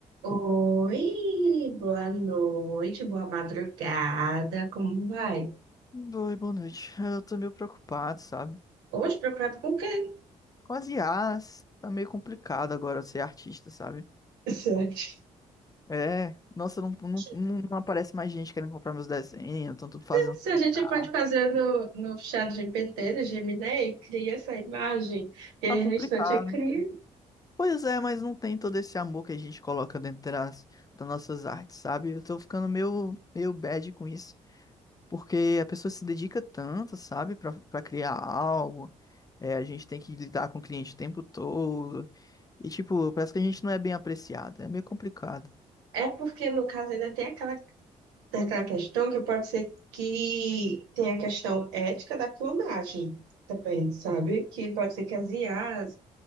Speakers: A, on the right; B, on the left.
A: Oi, boa noite, boa madrugada, como vai?
B: Oi, boa noite. Eu tô meio preocupado, sabe?
A: Hoje preocupado com o quê?
B: Com as IAs, tá meio complicado agora ser artista, sabe?
A: Certo.
B: É, nossa, não,
A: <laughs>
B: não, não não aparece mais gente querendo comprar meus desenhos, estão tudo fazendo
A: Se
B: tudo
A: a gente
B: IA.
A: pode fazer no, no chat GPT, no Gemini, cria essa imagem e aí
B: Tá complicado.
A: no instante cria.
B: Pois é, mas não tem todo esse amor que a gente coloca dentro das, das nossas artes, sabe? Eu tô ficando meio, meio bad com isso. Porque a pessoa se dedica tanto, sabe, para para criar algo. É, a gente tem que lidar com o cliente o tempo todo. E, tipo, parece que a gente não é bem apreciado. É meio complicado.
A: É porque, no caso, ainda tem aquela, tem aquela questão que pode ser que tem a questão ética da clonagem também, sabe? Que pode ser que as IAs